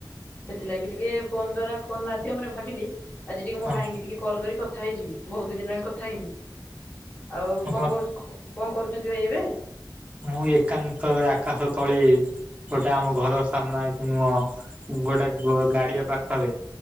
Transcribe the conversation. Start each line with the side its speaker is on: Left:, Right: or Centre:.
Left: ସେଥିଲାଗି ଟିକେ ଫୋନ ଦ୍ଵାରା ଫୋନ ମାଧ୍ୟମରେ ଭାବିଲି ଆଜି ଟିକେ ମୋ
Right: ହଁ
Left: ଭାଇଙ୍କି ଟିକେ କଲ୍ କରି କଥା ହେଇଯିବି ବହୁତ ଦିନ ହେଲାଣି କଥା ହେଇନି ଆଉ
Right: ହଁ
Left: କଣ
Right: ହଁ।
Left: କରୁ କଣ କରୁଛନ୍ତି ଭାଇ ଏବେ?
Right: ମୁଁ ଏକାନ୍ତ ଆକାଶ ତଳେ ଗୋଟେ ଆମ ଘର ସାମ୍ନା କି ନୁହଁ ଗୋଟେ ଗାଡ଼ିଆ ପାଖରେ